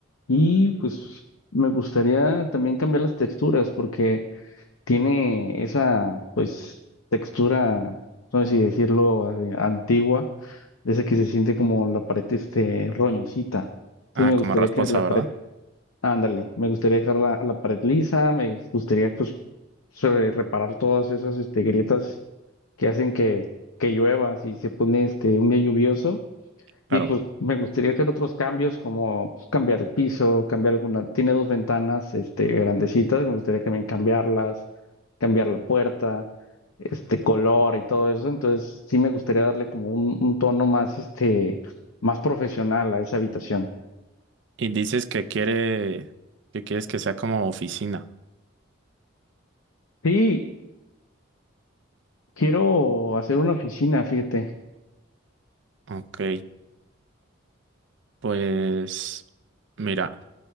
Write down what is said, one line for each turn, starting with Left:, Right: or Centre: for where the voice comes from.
Left: y pues me gustaría también cambiar las texturas porque tiene esa pues textura, no sé si decirlo, eh, antigua, de esa que se siente como la pared este roñosita. Entonces
Right: Ah,
Left: me
Right: como
Left: gustaría
Right: rasposa,
Left: que la
Right: ¿verdad?
Left: pared, ándale, me gustaría dejar la, la pared lisa, me gustaría pues sobre- reparar todas esas este, grietas que hacen que, que llueva si se pone este un día lluvioso.
Right: Claro.
Left: Y pues me gustaría hacer otros cambios como pues, cambiar el piso, cambiar alguna, tiene dos ventanas este grandecitas, me gustaría también cambiarlas cambiar la puerta, este color y todo eso. Entonces sí me gustaría darle como un, un tono más, este, más profesional a esa habitación.
Right: Y dices que quiere, que quieres que sea como oficina.
Left: Sí, quiero hacer una oficina, fíjate.
Right: Ok, pues mira,